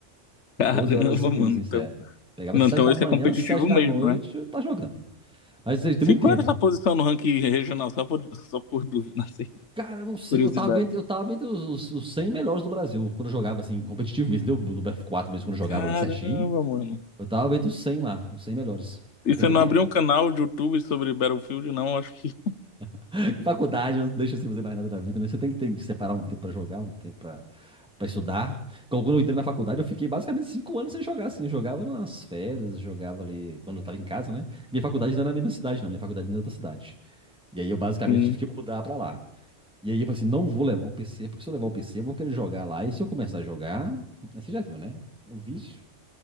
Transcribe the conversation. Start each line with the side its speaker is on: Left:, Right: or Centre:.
Left: <laughs>
Centre: doze
Left: Caramba,
Centre: horas seguidas,
Left: mano.
Centre: assim,
Left: Então,
Centre: sério. Pegava
Left: não,
Centre: de 7
Left: então
Centre: da
Left: esse
Centre: manhã,
Left: é competitivo
Centre: 7 da
Left: mesmo,
Centre: noite,
Left: né?
Centre: eu tá jogando. Mas assim, tem
Left: Se
Centre: muito
Left: qual
Centre: tempo.
Left: era essa posição no ranking regional? Só por, só por dúvida, <laughs> assim,
Centre: Cara, eu não sei,
Left: curiosidade.
Centre: eu tava entre, eu tava entre os, os, os 100 melhores do Brasil, quando eu jogava, assim, competitivo mesmo, deu no bf quatro mesmo, quando eu jogava
Left: Caramba,
Centre: ali certinho.
Left: mano.
Centre: Eu tava entre os 100 lá, os 100 melhores.
Left: E
Centre: Mas
Left: você
Centre: tem muito
Left: não
Centre: tempo.
Left: abriu um canal de YouTube sobre Battlefield, não? Acho que
Centre: <laughs> Faculdade, eu não deixo você fazer mais nada da vida, né? Você tem que, tem que separar um tempo pra jogar, um tempo pra, pra estudar. Então, Quando eu entrei na faculdade, eu fiquei basicamente cinco anos sem jogar, assim. Eu jogava nas férias, jogava ali quando eu tava em casa, né? Minha faculdade não era na mesma cidade, não. Minha faculdade era em outra cidade. E aí eu basicamente
Left: sim.
Centre: tive que mudar pra lá. E aí eu falei assim, não vou levar o PC, porque se eu levar o PC, eu vou querer jogar lá. E se eu começar a jogar, aí você já viu, né? O vício.